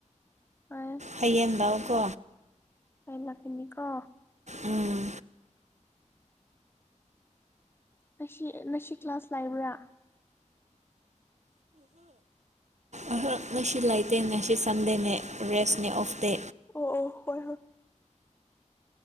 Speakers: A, on the left; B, on the right.
A: ꯐꯩꯌꯦ
B: ꯍꯌꯦꯡ ꯂꯥꯜꯎꯀꯣ
A: ꯍꯌꯦꯡ ꯂꯥꯛꯀꯅꯤꯀꯣ
B: ꯎꯝ
A: ꯉꯁꯤ ꯉꯁꯤ ꯀ꯭ꯂꯥꯁ ꯂꯥꯛꯏꯕ꯭ꯔ
B: ꯑꯍ ꯉꯁꯤ ꯂꯩꯇꯦ ꯉꯁꯤ ꯁꯟꯗꯦꯅꯦ ꯔꯦꯁꯅꯦ ꯑꯣꯐꯇꯦ
A: ꯑꯣ ꯑꯣ ꯍꯣꯏ ꯍꯣꯏ